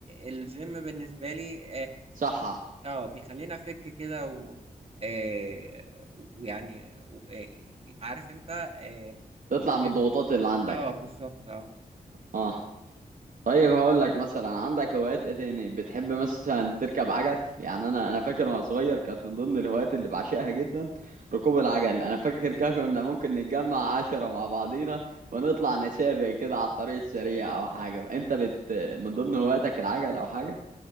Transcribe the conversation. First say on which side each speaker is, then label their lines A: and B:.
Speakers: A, on the right; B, on the right.
A: الجيم بالنسبه لي
B: صح
A: اه بيخلينا فك كده و آه، ويعني و- آه، عارف انت آه،
B: تطلع
A: كده
B: من الضغوطات اللي عندك
A: اه بالظبط اه
B: اه طيب هقول لك مثلا عندك هوايات ايه تاني بتحب مثلا تركب عجل يعني انا انا فاكر وانا صغير كانت من ضمن الهوايات اللي بعشقها جدا ركوب العجل انا فاكر كان كنا ممكن نتجمع عشرة مع بعضينا ونطلع نسابق كده على الطريق السريع او حاجة انت بت من ضمن هواياتك العجل او حاجة